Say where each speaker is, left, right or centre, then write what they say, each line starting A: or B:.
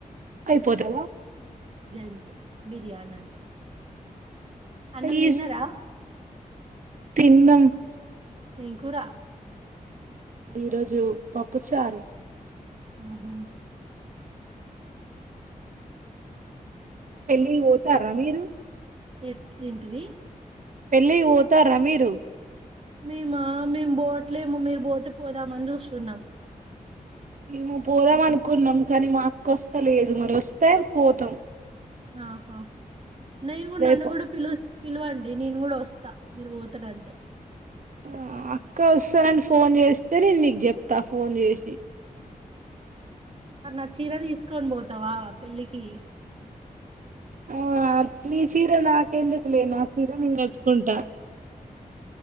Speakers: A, on the right; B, on the right.
A: అయిపోతావా
B: ంతే బిర్యానీ అంటే అన్నం
A: ప్లీజ్
B: తిన్నారా
A: తిన్నం
B: ఏం కూరా
A: ఈరోజు పప్పుచారు
B: హ
A: పెళ్ళి పోతారా మీరు
B: ఎట్ ఏంటిది
A: పెళ్ళి ఓత రమీరు
B: మ మా మేము బోట్ అట్లేము మీరు పోతే పోదామని చూస్తున్నాం
A: మేము పోదాం అనుకున్నాం కానీ మాకుొస్తా లేదు మరి వస్తే పోతాం
B: ఆహా నేను కూడా
A: రేపు
B: నన్ను కూడా పిలుస్తా పిలువండి నేను కూడా వస్తా మీరు పోతడంటే
A: ఆ అక్క వస్తానని ఫోన్ చేస్తే నేను నీకు చెప్తా ఫోన్ చేసి
B: మరి నా చీర తీసుకొని పోతావా పెళ్ళికి
A: ఆ నీ చీర నాకెందుకు లే నా ఆ చీర నేను కట్కుంటా